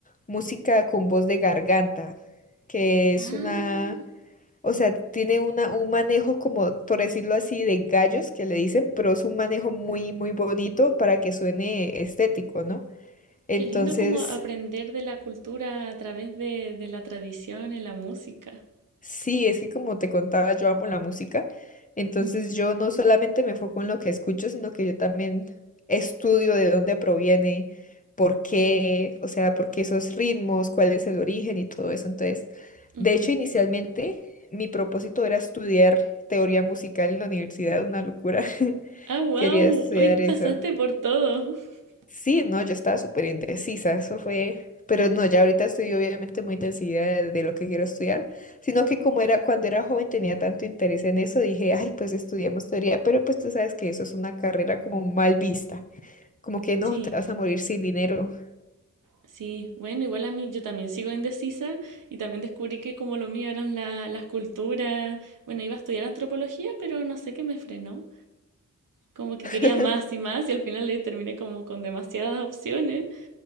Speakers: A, on the left (about 25°); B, on the right (about 75°).
A: música con voz de garganta, que es
B: Ah,
A: una o sea, tiene una, un manejo como, por decirlo así, de gallos que le dicen, pero es un manejo muy, muy bonito para que suene estético, ¿no? Entonces,
B: qué lindo como aprender de la cultura a través de, de la tradición en la música.
A: sí, es que como te contaba, yo amo la música. Entonces,
B: Ujú.
A: yo no solamente me enfoco en lo que escucho, sino que yo también estudio de dónde proviene, por qué, o sea, por qué esos ritmos, cuál es el origen y todo eso. Entonces,
B: Ujú.
A: de hecho, inicialmente mi propósito era estudiar teoría musical en la universidad, una locura. <laughs>
B: Ah, wow,
A: Quería estudiar
B: hoy pasaste
A: eso.
B: por todo. <laughs>
A: Sí, no, yo estaba súper indecisa, eso fue... Pero no, ya ahorita estoy obviamente muy decidida de, de lo que quiero estudiar, sino que como era cuando era joven tenía tanto interés en eso, dije, ay, pues estudiamos teoría, pero pues tú sabes que eso es una carrera como mal vista, como que no,
B: Sí,
A: te vas a morir sin dinero.
B: sí, bueno, igual a mí yo también sigo indecisa y también descubrí que como lo mío eran la- las culturas, bueno, iba a estudiar antropología, pero no sé qué me frenó. Como que
A: <laughs>
B: quería más y más y al final eh, terminé como con demasiadas opciones.